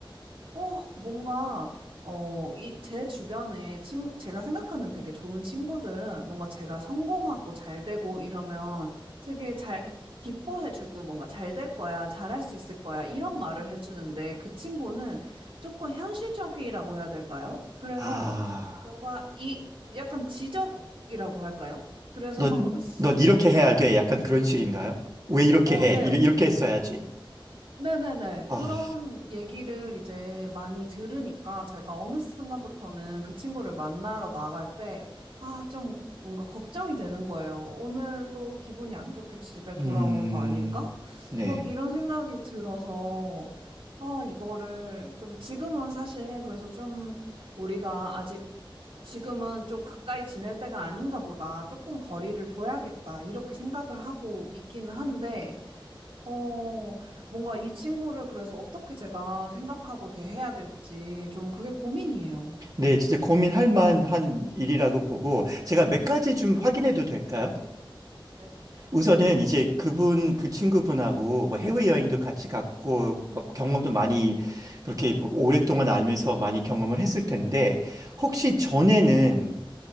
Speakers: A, on the right; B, on the right.
A: 어, 뭔가, 어, 이, 제 주변에 친, 제가 생각하는 되게 좋은 친구들은 뭔가 제가 성공하고 잘 되고 이러면 되게 잘, 기뻐해주고 뭔가 잘될 거야, 잘할 수 있을 거야, 이런 말을 해주는데 그 친구는 조금 현실적이라고 해야 될까요? 그래서
B: 아.
A: 뭔가 이, 약간 지적이라고 할까요? 그래서,
B: 넌,
A: <laughs>
B: 넌 이렇게 해야 돼. 약간 그런 식인가요? 왜 이렇게
A: 어,
B: 해?
A: 네,
B: 이 이렇게 했어야지.
A: 네네네.
B: 아,
A: 그런 얘기를 이제 많이 들으니까 제가 어느 순간부터는 그 친구를 만나러 나갈 때, 아, 좀 뭔가 걱정이 되는 거예요. 오늘도 기분이 안 좋게 집에 돌아오는
B: 음,
A: 거 아닐까?
B: 네.
A: 막 이런 생각이 들어서, 아, 이거를 좀 지금은 사실 그래서 좀 우리가 아직 지금은 좀 가까이 지낼 때가 아닌가 보다. 조금 거리를 둬야겠다. 이렇게 생각을 하고 있긴 한데, 어, 뭔가 이 친구를 그래서 어떻게 제가 생각하고 대해야 될지 좀 그게 고민이에요.
B: 네, 진짜 고민할 만한 일이라고 보고, 제가 몇 가지 좀 확인해도 될까요?
A: 네.
B: 우선은 이제 그분, 그 친구분하고 뭐 해외여행도 같이 갔고, 뭐 경험도 많이 그렇게 오랫동안 알면서 많이 경험을 했을 텐데, 혹시
A: 네.
B: 전에는